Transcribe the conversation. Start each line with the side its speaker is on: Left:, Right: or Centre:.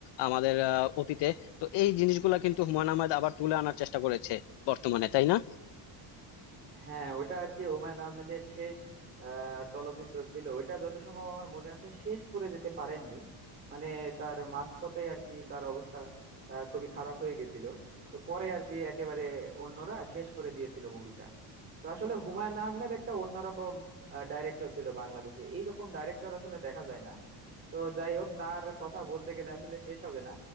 Left: আমাদের আহ, অতীতে তো এই জিনিসগুলা কিন্তু হুমায়ুন আহমেদ আবার তুলে আনার চেষ্টা করেছে বর্তমানে তাই না
Right: হ্যাঁ ওটা আর কি হুমায়ুন আহমেদের শেষ আহ, চলচ্চিত্র ছিল ওইটা যত সম্ভব আমার মনে আছে শেষ করে যেতে পারেননি মানে তার মাঝপথে আর কি তার অবস্থা আহ, খুবই খারাপ হয়ে গেছিল তো পরে আর কি একেবারে অন্যরা শেষ করে দিয়েছিল মুভিটা তো আসলে হুমায়ুন আহমেদ একটা অন্যরকম ডাইরেক্টর ছিল বাংলাদেশে এইরকম ডাইরেক্টর আসলে দেখা যায় না তো যাই হোক তার কথা বলতে গেলে আসলে শেষ হবে না